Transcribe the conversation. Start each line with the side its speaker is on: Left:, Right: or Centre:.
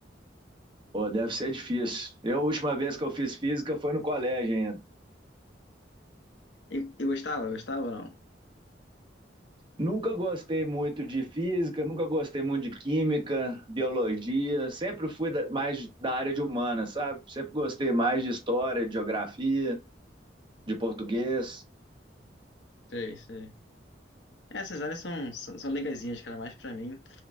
Right: Pô, deve ser difícil. Eu, a última vez que eu fiz física foi no colégio ainda.
Left: E, e gostava? Gostava ou não?
Right: Nunca gostei muito de física, nunca gostei muito de química, biologia. Sempre fui da- mais da área de humanas, sabe? Sempre gostei mais de história, de geografia, de português.
Left: Sei, sei. Essas áreas são, são, são legazinhas, cara, mais pra mim.